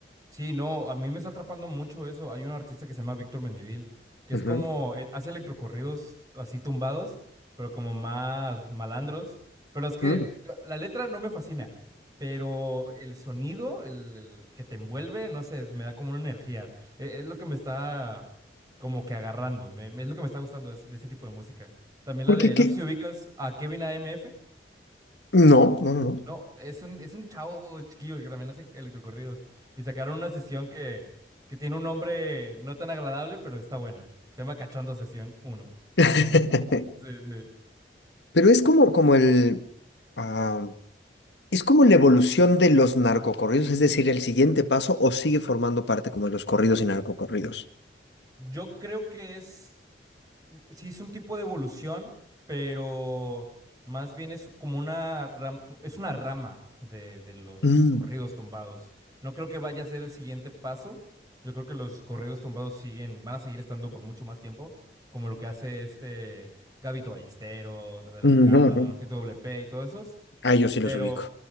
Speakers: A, on the right; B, on the left.
A: Sí, no, a mí me está atrapando mucho eso. Hay un artista que se llama Víctor Mendivil, que
B: Ujú.
A: es como, eh, hace electrocorridos así tumbados, pero como más malandros. Pero es que
B: Mm.
A: la la letra no me fascina, pero el sonido, el, el que te envuelve, no sé, me da como una energía. E- Es, lo que me está como que agarrando, me- me- es lo que me está gustando de ese, de ese tipo de música. También
B: Porque
A: la de,
B: qué?
A: no sé si ubicas a Kevin AMF.
B: No, no, no. no.
A: No, es un, es un chavo chiquillo que también hace electrocorridos. Y sacaron una sesión que, que tiene un nombre no tan agradable, pero está buena. Se llama Cachondo Sesión uno.
B: <laughs>
A: Sí, sí.
B: Pero es como, como el, ah, es como la evolución de los narcocorridos, es decir, el siguiente paso, o sigue formando parte como de los corridos y narcocorridos.
A: Yo creo que es. sí es un tipo de evolución, pero más bien es como una ram- es una rama de, de los
B: Mm.
A: corridos tumbados. No creo que vaya a ser el siguiente paso. Yo creo que los corridos tumbados siguen, van a seguir estando por mucho más tiempo, como lo que hace este Gabito Ballesteros, Natanael
B: Ujú,
A: Cano,
B: ujú.
A: Tito WP y todos esos.
B: Ah, yo sí
A: Pero
B: los ubico.